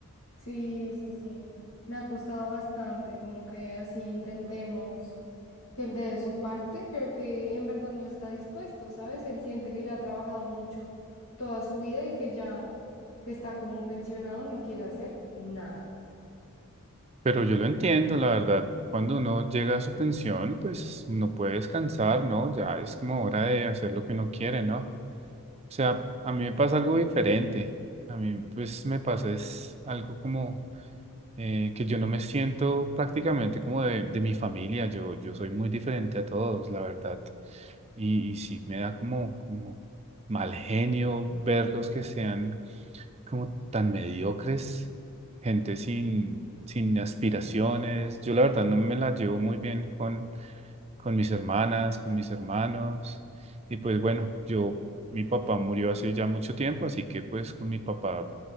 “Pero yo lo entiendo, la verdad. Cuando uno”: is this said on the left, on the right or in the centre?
Right